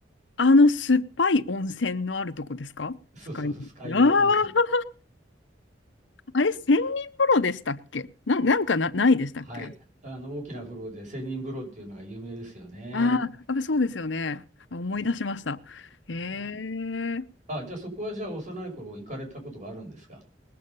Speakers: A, on the left; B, on the right.
A: あの酸っぱい温泉のあるとこですかスカイああ
B: そうそうそう、酸ヶ湯温泉。
A: あれ、千人風呂でしたっけな、なんかな、ないでしたっけあ
B: はい。あの大きな風呂で千人風呂っていうのが有名ですよね。
A: あー、やっぱそうですよね。思い出しました。
B: は
A: へえ
B: い。はい。
A: え、
B: あ、じゃあそこはじゃあ幼い頃行かれたことがあるんですか。